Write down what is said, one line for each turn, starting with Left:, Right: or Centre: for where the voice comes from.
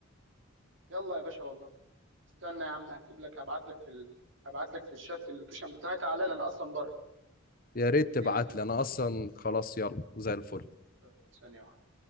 Right: يلا يا باشا والله استنى يا عم هكتب لك هبعت لك في ال... هبعت لك في الشات اللوكيشن بتاعي تعالى لي، انا اصلا بره
Left: يا ريت
Right: اديني
Left: تبعت
Right: ثانيه
Left: لي أنا أصلا خلاص يلا زي الفل
Right: طيب ثانيه واحده